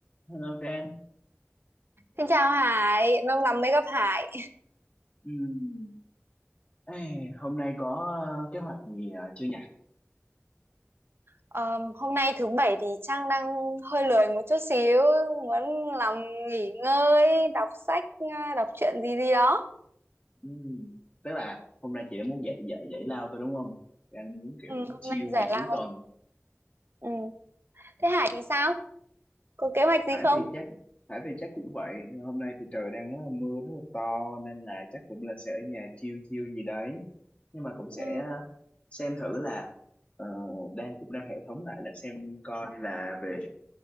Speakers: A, on the left; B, on the right.
A: Hello Trang.
B: Xin chào Hải, lâu lắm mới gặp Hải.
A: Ừm, ê, hôm nay có ờ, kế hoạch gì ờ, chưa nhỉ?
B: Ờ, hôm nay thứ bảy thì Trang đang hơi lười một chút xíu, muốn làm nghỉ ngơi, đọc sách, à, đọc truyện gì gì đó.
A: Ừm, Tức là hôm
B: Ừ,
A: nay chị đã muốn dạy dạy dạy lao tôi đúng không? Đang muốn kiểu
B: ừ, hôm
A: chill
B: nay giải
A: ngày
B: lao.
A: cuối tuần.
B: Ừ. Thế Hải thì sao? Có kế hoạch gì
A: Hải
B: không?
A: thì chắc Hải thì chắc cũng vậy. Hôm nay thì trời đang rất là mưa rất là to nên là chắc cũng là sẽ ở nhà chill chill gì đấy. Nhưng mà cũng sẽ
B: Ừ.
A: ờ, xem thử là ờ, đang cũng đang hệ thống lại là xem coi là về